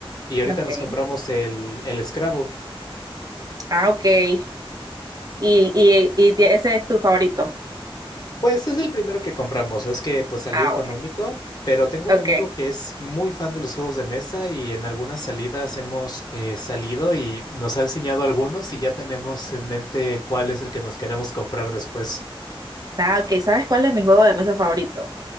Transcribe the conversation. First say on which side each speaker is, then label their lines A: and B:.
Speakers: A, on the left; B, on the right.
A: y ahorita
B: Ok.
A: nos compramos el, el Scrabble.
B: Ah, ok. Y, y, y ti- ese es tu favorito.
A: Pues es el primero que compramos, es que pues salió
B: Ah,
A: económico,
B: bueno.
A: pero tengo
B: Ok.
A: un amigo que es muy fan de los juegos de mesa y en algunas salidas hemos eh, salido y nos ha enseñado algunos y ya tenemos en mente cuál es el que nos queremos comprar después.
B: Ah, ok. ¿Sabes cuál es mi juego de mesa favorito?